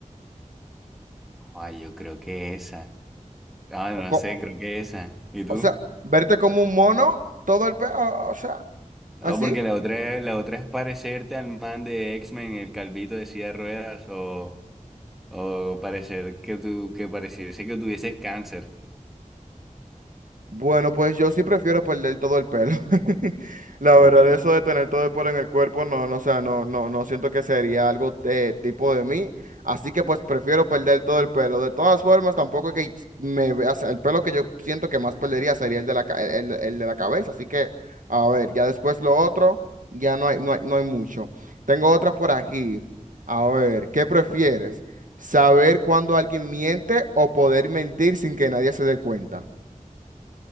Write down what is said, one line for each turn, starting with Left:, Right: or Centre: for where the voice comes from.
Centre: Ah, yo creo que esa. Ah, no
Right: O, co-
Centre: sé, creo que esa. ¿Y tú?
Right: o sea, verte como un mono, todo el pe... O, o sea, así.
Centre: Ah, porque la otra, la otra es parecerte al man de X-Men, el calvito de silla de ruedas, o. O parecer que tú, que pareciese que tuvieses cáncer.
Right: Bueno, pues yo sí prefiero perder todo el pelo. <laughs> La
Centre: Ok.
Right: verdad, eso de tener todo el pelo en el cuerpo, no, no, o sea, no, no, no siento que sería algo de tipo de mí. Así que pues prefiero perder todo el pelo. De todas formas, tampoco que me veas, el pelo que yo siento que más perdería sería el de la, ca- el, el de la cabeza. Así que, a ver, ya después lo otro, ya no hay, no hay, no hay mucho. Tengo otra por aquí. A ver, ¿qué prefieres? ¿Saber cuándo alguien miente o poder mentir sin que nadie se dé cuenta?